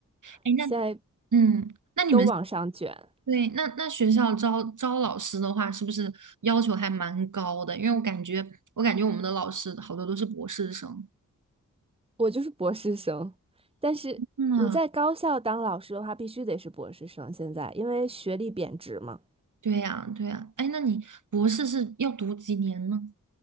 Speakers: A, on the right (about 60°); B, on the right (about 15°).
A: 哎，那
B: 现在
A: 嗯，那你们
B: 都往上卷。
A: 对那那学校招招老师的话，是不是要求还蛮高的？因为我感觉我感觉我们的老师好多都是博士生。
B: 我就是博士生，但是你在高校当老师的话，
A: 嗯啊
B: 必须得是博士生。现在因为学历贬值嘛，
A: 对呀，对呀。哎，那你博士是要读几年呢？